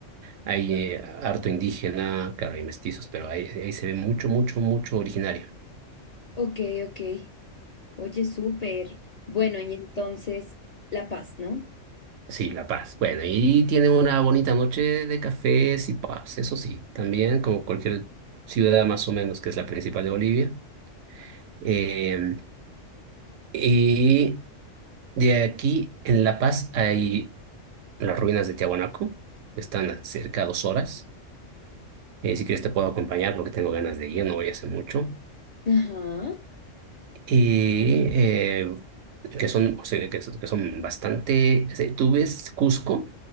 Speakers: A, on the right (about 80°); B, on the left (about 50°).
A: hay eh, harto indígena, claro, hay mestizos, pero ahí, ahí se ve mucho, mucho, mucho originario.
B: ok. ok. Oye, súper. Bueno, y entonces, La Paz, ¿no?
A: Sí, La Paz. Bueno, y tiene una bonita noche de cafés y pubs, eso sí. También, como cualquier ciudad más o menos que es la principal de Bolivia. Eh, y de aquí, en La Paz, hay las ruinas de Tiahuanaco, que están a cerca de dos horas. Eh, si quieres te puedo acompañar porque tengo ganas de ir, no voy a hacer mucho.
B: Ajá.
A: y eh, que son, o sea, que, son que son bastante... o sea, Tú ves Cusco,